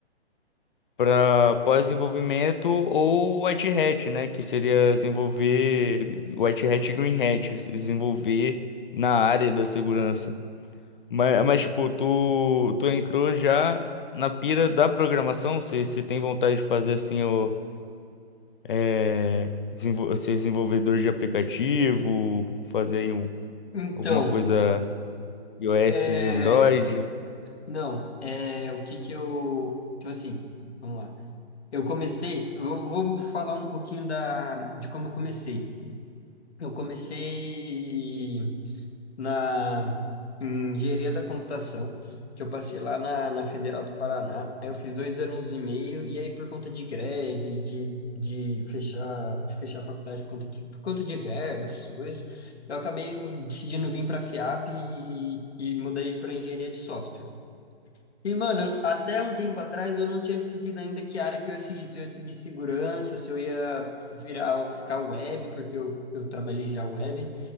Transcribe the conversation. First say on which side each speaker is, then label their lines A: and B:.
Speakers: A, on the left (about 50°); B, on the left (about 70°).
A: para pós-desenvolvimento ou White Hat, né, que seria desenvolver White Hat e Green Hat, se desenvolver na área da segurança. Mas, mas tipo, tu tu entrou já na pira da programação, você você tem vontade de fazer assim o é, desenvol- ser desenvolvedor de aplicativo, fazer aí um,
B: Então,
A: alguma coisa iOS,
B: é,
A: Android.
B: não, é, o que que eu. Tipo assim, vamos lá. Eu comecei, eu vou vou falar um pouquinho da, de como eu comecei. Eu comecei. na em engenharia da computação, que eu passei lá na, na Federal do Paraná. Aí eu fiz dois anos e meio, e aí por conta de greve, de, de fechar, de fechar a faculdade por conta de, por conta de verba, essas coisas, eu acabei decidindo vir para a FIAP e, e mudei para engenharia de software. E, mano, até um tempo atrás eu não tinha decidido ainda que área que eu ia seguir, se eu ia seguir segurança, se eu ia virar, ficar web, porque eu, eu trabalhei já web,